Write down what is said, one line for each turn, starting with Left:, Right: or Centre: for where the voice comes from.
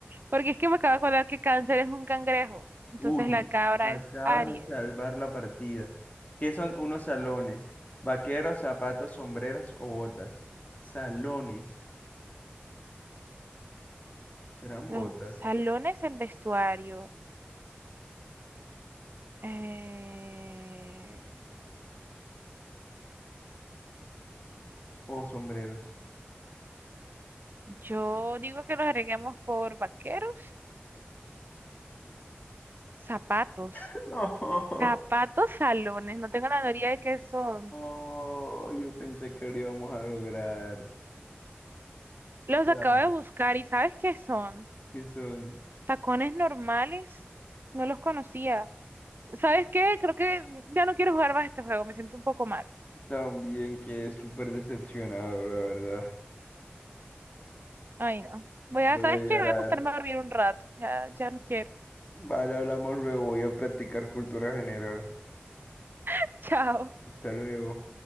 Right: porque es que me acabo de acordar que Cáncer es un cangrejo. Entonces
Left: Uy,
Right: la cabra
Left: acaban
Right: es Aries.
Left: de salvar la partida. ¿Qué son unos salones? Vaqueros, zapatos, sombreros o botas. Salones. ¿Serán
Right: Los
Left: botas
Right: salones en vestuario. Eh,
Left: o sombreros?
Right: Yo digo que los agreguemos por vaqueros, zapatos,
Left: <laughs> No,
Right: zapatos salones. No tengo la teoría de qué son.
Left: no. Yo pensé que lo íbamos a lograr.
Right: Los acabo
Left: Ambos.
Right: de buscar y ¿sabes qué son?
Left: Que son
Right: Tacones normales. No los conocía. ¿Sabes qué? Creo que ya no quiero jugar más este juego. Me siento un poco mal.
Left: también que es súper decepcionado, la verdad.
Right: Ay, no. Voy
Left: Voy
Right: a, ¿sabes
Left: a llorar.
Right: qué? Voy a acostarme a dormir un rato. Ya, ya no quiero.
Left: Vale, hablamos luego. Voy a practicar cultura general.
Right: <laughs> Chao.
Left: Hasta luego.